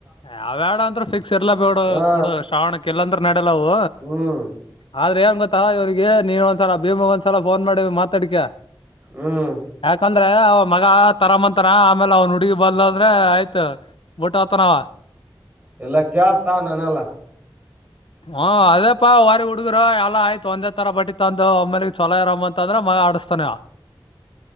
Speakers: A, on the left (about 85°); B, on the right (about 20°).
A: ಯಾವ್ಯಾಡ ಅಂದ್ರೆ ಫಿಕ್ಸ್ ಇರ್ಾ ಬೇಡ
B: ಹಾ
A: ಕೂಡ ಶ್ರಾವಣಕ್ಕೆ ಎಲ್ಲಂದ್ರೆ ನೆ ಲ್ಲವು
B: ಹ್ಮ್
A: ಆದ್ರೆ ಏನ್ ಗೊತ್ತ ಇವಿಗೆ ನೀನ್ ಒಂದ್ಸಲ ಭೀಮಗ್ ಒಂದ್ಸಲ ೋನ್ ಮಾಡಿ ಮಾತಾಡಿಕ
B: ಹ್ಮ್
A: ಯಾಕಂದ್ರೆ ಮಗ ತರಾಮಂತಾನ ಆಮೇಲೆ ಅವ್ನ ಹುಡುಗಿ ಬದಲದ್ರೆ ಆಯ್ತ ಊಟ್ಟ ಆತನವ
B: ಎಲ್ಲ ಕೇಳ್ತಾ ನಾನಲ್ಲ
A: ಹ ಅದೇಪಾ ವಾರಿ ಹುಡ್ಗರ ಎಲ್ಲ ಆಯ್ತ ಒಂದಜ ತರ ಬಟ್ಟಿತ್ ಅ ಒಮ್ಮ ಮೇಲಿ ಚಲ ಇರ ಅಂದ್ರ ಮಗ ಆಡ ತಾನೆ